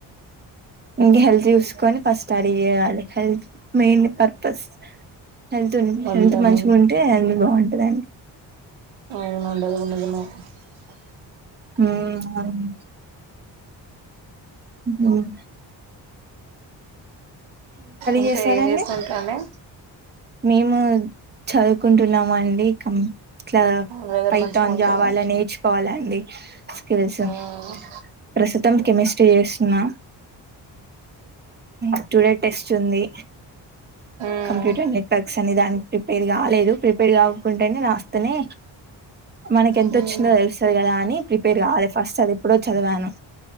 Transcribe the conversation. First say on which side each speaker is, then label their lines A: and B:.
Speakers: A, on the right; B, on the right.
A: ఇంకా హెల్త్ చూసుకొని ఫస్ట్ అది చేయాలి హెల్త్ మెయిన్ పర్పస్ హెల్త్ ఉన్
B: వంతనం
A: హెల్త్ మంచిగా ఉంటే అన్ని బాగుంటాయి ఉంటదండి
B: అన్న <inaudible>
A: ఆ అవునండి మ్మ్ అవును
B: ఇంకా
A: చేసారండి
B: ఏం చేస్తు కాంటే
A: మేము చదువుకుంటున్నాము అండి ఇక ఇట్లా
B: వెదర్
A: ఫైతన్
B: మంచిగా ఉంటుందా
A: జావా అలా నేర్చుకోవాలండి తెలుసు
B: మ్మ్
A: ప్రసతి మొత్తం కెమిస్ట్రీ చేస్తున్నా స్టూడెంట్ టెస్ట్ ఉంది
B: మ్మ్
A: కంప్యూటర్ నెస్ ప్రస్ అని దానికి ప్రిపేర్ కాలేదు ప్రిపేర్ కాకుంటేనే రాస్తనే మనకి ఎంత
B: మ్మ్
A: వచ్చిందో
B: మ్మ్
A: తెలుస్తది కదా అని ప్రిపేర్ కాలేదు ఫస్ట్ అది ఎప్పుడో చదివాను